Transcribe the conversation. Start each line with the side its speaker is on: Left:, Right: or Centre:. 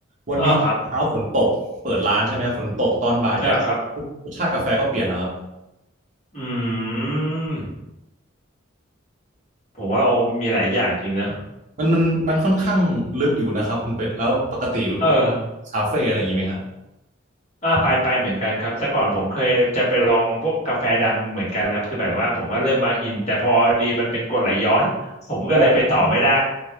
Right: วันนี้เช้าฝนตกเปิดร้านใช่ไหมครับฝนตกตอนบ่ายแดดปุ๊บรสชาติกาแฟก็เปลี่ยนแล้วครับ
Left: อ๋อครับอ่าครับ อืมผมว่าโอมีหลายอย่างจริงเนอะ
Right: มันมันมันค่อนข้างลึกอยู่นะครับคุณเป็ดแล้วปกติคุณเป็ด
Left: เออ
Right: คาเฟ่อะไรอย่างนี้ไหมฮะ
Left: อ่าไปไปเหมือนกันครับแต่ก่อนผมเคยจะไปลองพวกกาแฟดำเหมือนกันครับคือแบบว่าผมก็เริ่มมาอินแต่พอดีมันเป็นกรดไหลย้อน <laughs> ผมก็เลยไปต่อไม่ได้
Right: อ๋อ